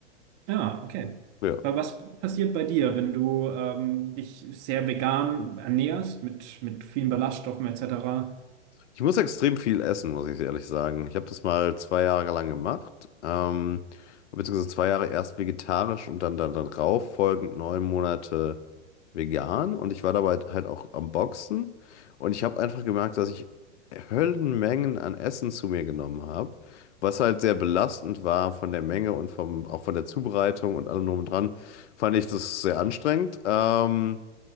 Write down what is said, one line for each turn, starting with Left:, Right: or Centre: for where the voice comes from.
Right: ja, okay.
Left: Ja.
Right: Weil was passiert bei dir, wenn du ähm, dich sehr vegan ernährst, mit, mit vielen Ballaststoffen etc.?
Left: Ich muss extrem viel essen, muss ich ehrlich sagen. Ich habe das mal zwei Jahre lang gemacht, ähm, beziehungsweise zwei Jahre erst vegetarisch und dann, dann darauf folgend neun Monate vegan. Und ich war dabei halt auch am Boxen. Und ich habe einfach gemerkt, dass ich Höllenmengen an Essen zu mir genommen habe, was halt sehr belastend war von der Menge und vom, auch von der Zubereitung und allem drum und dran. Fand ich das sehr anstrengend. Ähm,